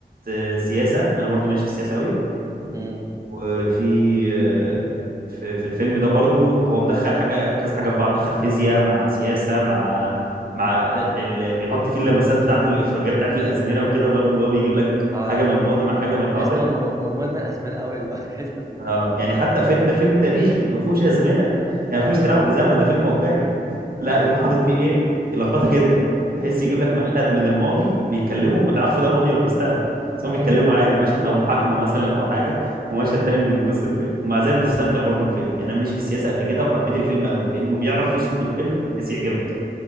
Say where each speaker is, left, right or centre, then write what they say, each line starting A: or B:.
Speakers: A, on the right; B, on the right.
A: آه، سياسه انا برضو ماليش في السياسه قوي
B: مم.
A: وفي آه، في في الفيلم ده برضو هو مدخل حاجه كذا حاجه في بعض دخل فيزياء مع سياسه مع مع اللي بيحط فيه اللمسات بتاعته الاخراجيه بتاعت الازمنه وكده برضو اللي هو بيجيب لك
B: اه
A: حاجه من الماضي مع حاجه من الحاضر
B: تحس ان هو م- م- مدمن اسبان قوي اللي هو <laughs> كريستوفر
A: اه
B: ده
A: يعني حتى فيلم ده فيلم تاريخي ما فيهوش ازمنه يعني
B: اه
A: ما فيهوش تلاعب بزمن ده فيلم واقعي لا
B: ايوه
A: يقوم حاطط فيه ايه يلخبطك انت بحيث يجيب لك مشهد من الماضي بيتكلموا ما تعرفش ده ماضي ولا مستقبل بس هم
B: ايوه
A: بيتكلموا
B: ايوه
A: عادي مشهد او محاكمه مثلا او حاجه ومشهد تاني من
B: مم.
A: وسط الفيلم ومع ذلك بتستمتع برضه من الفيلم يعني انا ماليش في السياسه قد كده وحبيت الفيلم قوي لانه بيعرف يظبط الفيلم بحيث يعجبك